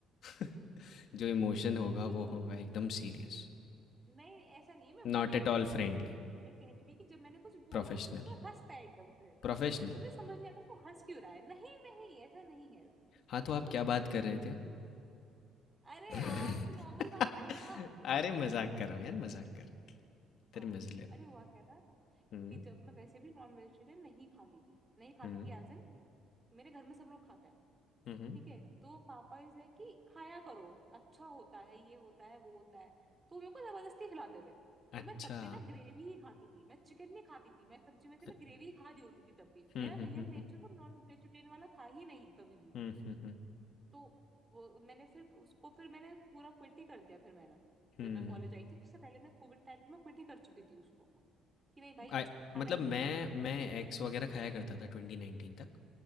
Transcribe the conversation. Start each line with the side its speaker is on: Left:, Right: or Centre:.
Left: <laughs> जो इमोशन होगा
Right: नहीं
Left: वो होगा एकदम serious
Right: नहीं ऐसा नहीं है मैं
Left: not
Right: वो नहीं
Left: at
Right: बोल
Left: all
Right: रही थी
Left: friendly
Right: मैं कह रही थी कि जब मैंने कुछ बोला
Left: Professional
Right: तो तू बस हंसता है एकदम से
Left: professional
Right: तुम्हें समझ नहीं आता तू हंस क्यों रहा है नहीं नहीं ऐसा नहीं है
Left: हाँ तो आप
Right: ऐसा
Left: क्या
Right: नहीं
Left: बात
Right: है
Left: कर
Right: तो
Left: रहे
Right: गलत
Left: थे
Right: समझ रही है। अरे
Left: <laughs>
Right: यार तू नॉर्मल बात करना
Left: अरे मजाक कर रहा हूँ यार मजाक कर
Right: <laughs>
Left: तेरे
Right: हाँ
Left: मजे ले रहा
Right: अरे हुआ क्या था
Left: हूँ हम्म,
Right: कि जब मैं वैसे भी नॉन वेजिटेरियन नहीं खाती थी नहीं खाती
Left: हम्म,
Right: थी एज एन मेरे घर में सब लोग खाते हैं
Left: हम्म,
Right: ठीक है तो पापा इज लाइक कि खाया करो अच्छा होता है ये होता है वो होता है तो मेरे को जबरदस्ती खिलाते थे
Left: अच्छा
Right: तो मैं तब भी ना ग्रेवी ही खाती थी मैं चिकन नहीं खाती थी मैं सब्जी में थी
Left: अच-
Right: मैं ग्रेवी ही खा रही होती थी तब भी
Left: हम्म
Right: मेरा
Left: हम्म
Right: रियल नेचर
Left: हम्म
Right: वो नॉन वेजिटेरियन वाला था ही नहीं कभी भी
Left: हम्म हम्म हम्म,
Right: तो वो मैंने फिर उसको फिर मैंने पूरा क्विट ही कर दिया फिर मैंने
Left: हम्म।
Right: जब मैं कॉलेज आई थी उससे पहले मैं कोविड टाइम पे मैं क्विट ही कर चुकी थी उसको कि नहीं भाई
Left: I-
Right: खाना
Left: मतलब
Right: ही नहीं
Left: मैं
Right: है मेरे को
Left: मैं एक्स वगैरह खाया करता था ट्वेंटी नाइनटीन तक